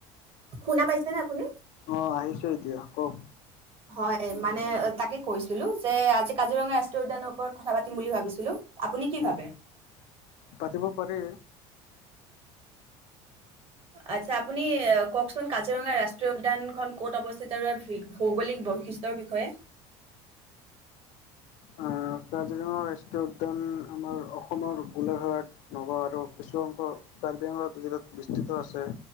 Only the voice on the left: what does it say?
অ আহিছো এতিয়া কওক?
উম
পাতিব পাৰি?
আহ কাজিৰঙা ৰাষ্ট্ৰীয় উদ্যান আমাৰ অসমৰ গোলাঘাট নগাঁও আৰু কিছু অংশ কাৰ্বি আংলং জিলাত বিস্তৃত আছে?